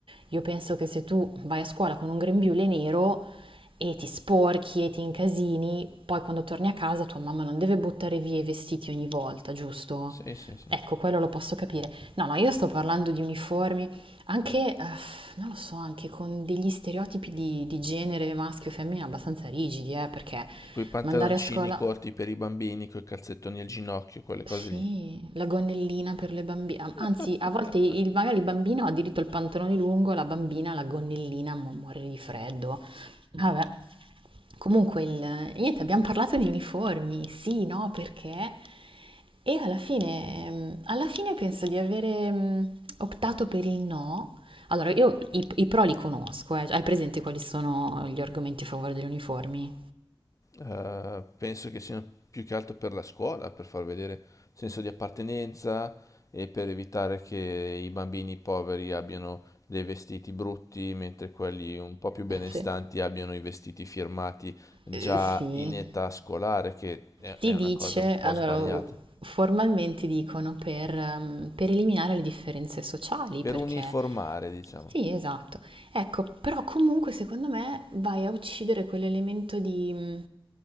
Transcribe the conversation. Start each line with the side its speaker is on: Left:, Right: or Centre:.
Right: io penso che se tu vai a scuola con un grembiule nero e ti sporchi e ti incasini, poi quando torni a casa tua mamma non deve buttare via i vestiti ogni volta, giusto?
Left: Sì, sì, sì.
Right: Ecco, quello lo posso capire. No, no, io sto parlando di uniformi. Anche, eh, non lo so, anche con degli stereotipi di, di genere maschio e femmina abbastanza rigidi, eh, perché
Left: Tipo i pantaloncini
Right: mandare a scuola,
Left: corti per i bambini, coi calzettoni al ginocchio, quelle
Right: sì,
Left: cose lì.
Right: la gonnellina per le bambine,
Left: <laughs>
Right: anzi a volte il- magari il bambino ha diritto al pantalone lungo, la bambina la gonnellina, ma muore di freddo. Vabbè, comunque il... niente, abbiamo parlato di uniformi, sì, no, perché? E alla fine, mm, alla fine penso di avere mm, optato per il no. Allora, io i, i pro li conosco, eh. Hai presente quali sono gli argomenti a favore degli uniformi?
Left: Eh, penso che siano più che altro per la scuola, per far vedere senso di appartenenza e per evitare che i bambini poveri abbiano dei vestiti brutti, mentre quelli un po' più benestanti
Right: <laughs> Sì.
Left: abbiano i vestiti firmati già
Right: Eh, Sì.
Left: in età scolare, che è
Right: Si
Left: è una
Right: dice,
Left: cosa un po'
Right: allora
Left: sbagliata.
Right: formalmente dicono per, ehm, per eliminare le differenze sociali,
Left: Per
Right: perché
Left: uniformare, diciamo.
Right: sì, esatto. Ecco, però comunque secondo me vai a uccidere quell'elemento di, mm,